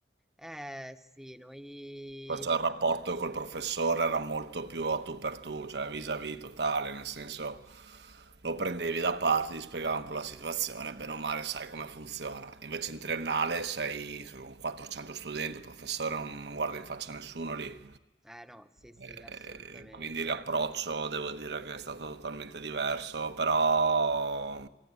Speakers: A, in the centre; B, on the right.
A: Eh, sì, noi...
B: Perciò il rapporto col professore era molto più a tu per tu, cioè vis-à-vis totale, nel senso lo prendevi da parte, ti spiegava un po' la situazione, bene o male sai come funziona. Invece in triennale sei con 400 studenti, il professore non non guarda in faccia a nessuno lì.
A: Eh, no, sì, sì,
B: E
A: assolutamente.
B: quindi l'approccio devo dire che è stato totalmente diverso, però